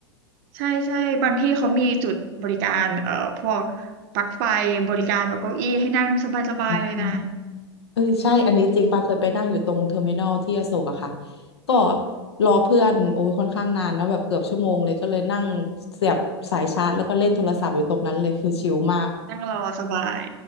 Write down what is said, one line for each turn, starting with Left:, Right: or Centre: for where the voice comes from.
Right: ใช่ใช่บางที่เขามีจุดบริการเอ่อพวกปลั๊กไฟบริการแบบเก้าอี้ให้นั่งสบายๆเลยนะ
Left: ๆอืม เออใช่อันนี้จริงปาเคยไปนั่งอยู่ตรงเทอร์มินอลที่อโศกอะค่ะก็รอเพื่อนโอ้ยค่อนข้างนานนะแบบเกือบชั่วโมงเลยก็เลยนั่งเสียบสายชาร์จแล้วก็เล่นโทรศัพท์อยู่ตรงนั้นเลยคือชิลมาก
Right: นั่งรอสบาย